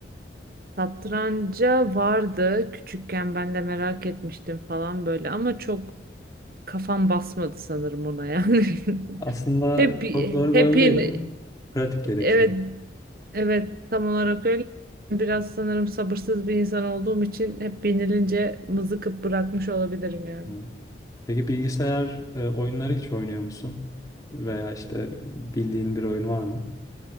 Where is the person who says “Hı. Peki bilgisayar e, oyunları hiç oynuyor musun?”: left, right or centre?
Left